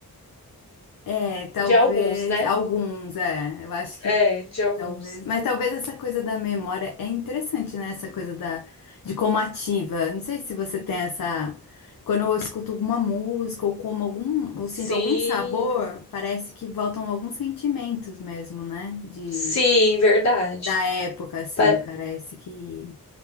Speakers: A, on the left (about 60°); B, on the left (about 45°).
A: É, talvez
B: De alguns, né?
A: alguns, é. Eu acho que
B: É, de alguns.
A: talvez, mas talvez essa coisa da memória é interessante, né? Essa coisa da de como ativa. Não sei se você tem essa Quando eu escuto alguma música ou como algum, ou
B: Sim,
A: sinto algum sabor, parece que voltam alguns sentimentos mesmo, né? De
B: sim, verdade.
A: da época assim,
B: Pa-
A: parece que